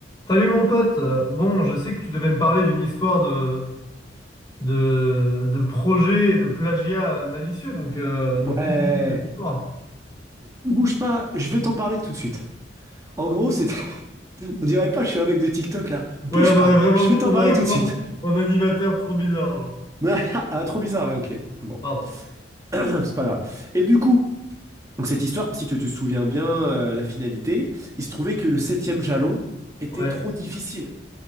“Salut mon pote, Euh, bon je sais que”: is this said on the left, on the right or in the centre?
Left